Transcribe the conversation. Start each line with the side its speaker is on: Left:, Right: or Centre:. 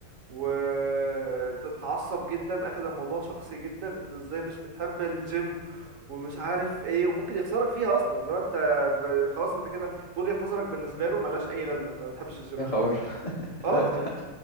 Right: وتتعصب جدا اخد الموضوع شخصي جدا انت ازاي مش بتحب الجيم ومش عارف ايه وممكن يخسرك فيها اصلا لو انت ب- خلاص انت كده وجهة نظرك بالنسبة له ملهاش أي لازمة أنت ما بتحبش الجيم
Left: يا خبر
Right: خلاص
Left: <laughs>
Right: أه
Left: لا
Right: س-
Left: ده